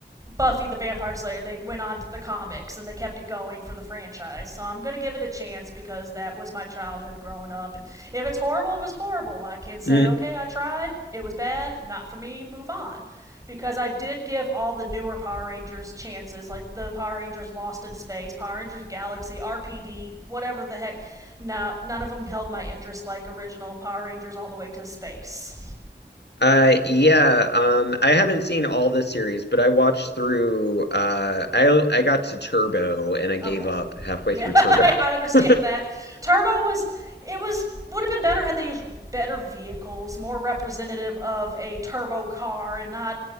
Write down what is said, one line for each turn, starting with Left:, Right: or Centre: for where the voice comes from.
Right: Buffy the Vampire Slayer, they went on to the comics and they kept it going for the franchise. So I'm going to give it a chance because that was my childhood growing up. And if it's horrible, it was horrible. I can say,
Left: Mm.
Right: okay, I tried. It was bad. Not for me. Move on. Because I did give all the newer Power Rangers chances, like the Power Rangers Lost in Space, Power Rangers Galaxy, RPD, whatever the heck. No, none of them held my interest like original Power Rangers all the way to space.
Left: Uh, yeah, um, I haven't seen all the series, but I watched through, uh, I, I got to Turbo and I gave
Right: Okay.
Left: up halfway
Right: Yeah,
Left: through
Right: <laughs>
Left: Turbo.
Right: I,
Left: <laughs>
Right: understand that. Turbo was it was would have been better had they used better vehicles, more representative of a turbo car and not